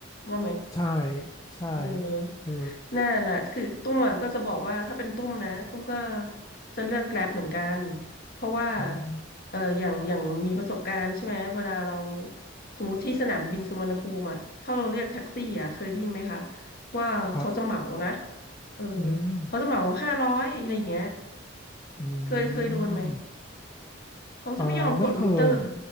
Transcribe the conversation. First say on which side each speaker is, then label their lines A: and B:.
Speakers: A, on the left; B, on the left.
A: ว่าไหม
B: ใช่ใช่
A: เออ
B: เออ
A: นั่นแหละคือตุ้มอะก็จะบอกว่าถ้าเป็นตุ้มนะตุ้มก็จะเลือกแกร็บเหมือนกันเพราะว่า
B: อืม
A: เอออย่างอย่างมีประสบการณ์ใช่ไหมเวลาเราสมมติที่สนามบินสุวรรณภูมิอ่ะถ้าเราเรียกแท็กซี่อ่ะเคยได้ยินไหมคะว่าเขาจะเหมานะ
B: ครับ
A: เออ
B: อืม
A: เขาจะเหมาห้าร้อยอะไรเงี้ย
B: อื
A: เคยเคยโดนไหม
B: ม
A: เขาจะไม่ยอมกดมิเตอร์
B: อ่าไม่เคย